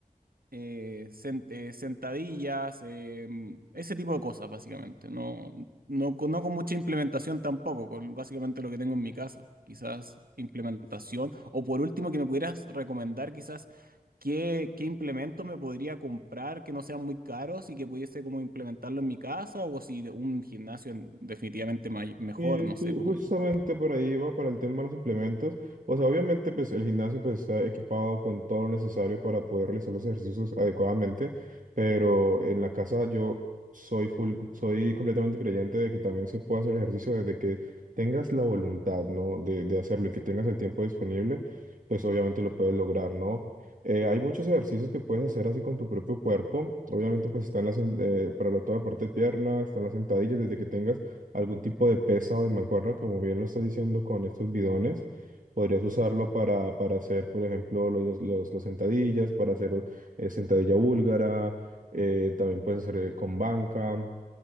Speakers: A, on the right; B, on the right.
A: eh, sen- eh, sentadillas, eh, ese tipo de cosas, básicamente. No, no, con- no con mucha implementación tampoco, con básicamente lo que tengo en mi casa. Quizás implementación. O por último, que me pudieras recomendar quizás qué, qué implementos me podría comprar que no sean muy caros y que pudiese como implementarlo en mi casa o si de- un gimnasio en- definitivamente may- mejor,
B: Y
A: no sé
B: ju-
A: cómo
B: justamente
A: digo.
B: por ahí va para el tema de los implementos. O sea, obviamente pues el gimnasio pues está equipado con todo lo necesario para poder realizar los ejercicios adecuadamente, pero en la casa yo soy full, soy completamente creyente de que también se puede hacer ejercicio desde que tengas la voluntad, ¿no? De, de hacerlo y que tengas el tiempo disponible, pues obviamente lo puedes lograr, ¿no? Eh, hay muchos ejercicios que puedes hacer así con tu propio cuerpo. Obviamente pues están las, en- eh, para la- toda la parte de piernas, están las sentadillas, desde que tengas algún tipo de pesa o de mancuerna, como bien lo estás diciendo con estos bidones. Podrías usarlo para, para hacer, por ejemplo, los, los, las sentadillas, para hacer eh, sentadilla búlgara, eh, también puedes hacer eh, con banca.